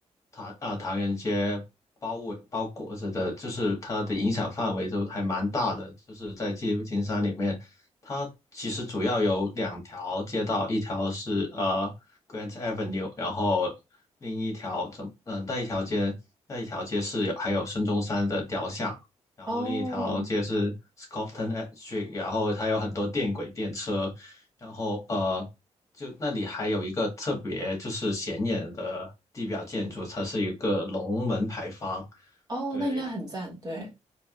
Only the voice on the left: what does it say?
唐啊唐人街包围包裹着的，就是它的影响范围都还蛮大的。就是在纪录金山里面，它其实主要有两条街道，一条是呃 Grant Avenue，然后另一条怎嗯、呃那一条街那一条街是有还有孙中山的雕像，然后另一条街是
Scotland Street，然后它有很多电轨电车。然后呃，就那里还有一个特别就是显眼的地表建筑，它是一个龙门牌坊。
对